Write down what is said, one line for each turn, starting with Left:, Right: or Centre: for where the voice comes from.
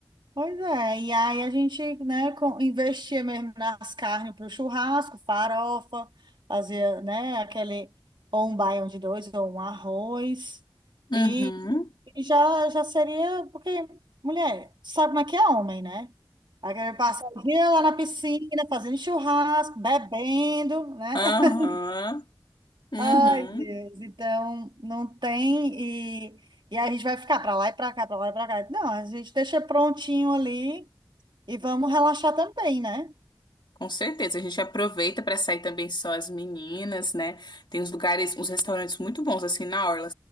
Right: Pois é, e aí a gente, né, com- investia mesmo nas carnes para o churrasco, farofa, fazia, né, aquele, ou um baião de dois, ou um arroz,
Left: Uhum.
Right: e e já, já seria, porque, mulher, sabe como é que é homem, né? Aí quer passar o dia lá na piscina, fazendo churrasco, bebendo, né?
Left: Aham.
Right: <laughs>
Left: Uhum.
Right: Ai, Deus, então não tem, e, e aí a gente vai ficar para lá e para cá, para lá e para cá. Não, a gente deixa prontinho ali, e vamos relaxar também, né?
Left: Com certeza, a gente aproveita para sair também só as meninas, né? Tem uns lugares, uns restaurantes muito bons assim na orla.